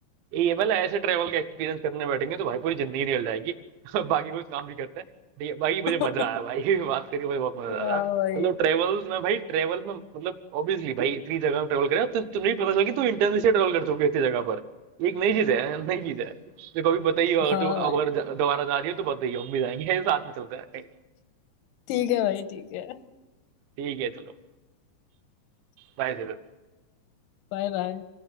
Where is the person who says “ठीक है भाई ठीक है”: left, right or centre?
Left